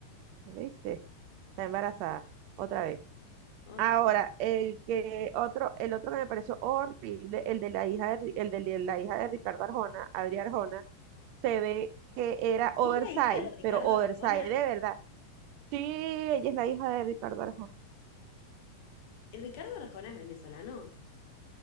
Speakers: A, on the right; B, on the left.
A: ¿lo ¿Viste? Está embarazada, otra vez.
B: otra.
A: Ahora, el que otro, el otro que me pareció horrible, el de la hija de, Ri- el de li- la hija de Ricardo Arjona, Adri Arjona, se ve que era oversize,
B: ¿Es la hija de Ricardo
A: pero oversize
B: Arjona?
A: de verdad. Sí, ella es la hija de Ricardo Arjona.
B: ¿El Ricardo Arjona es venezolano?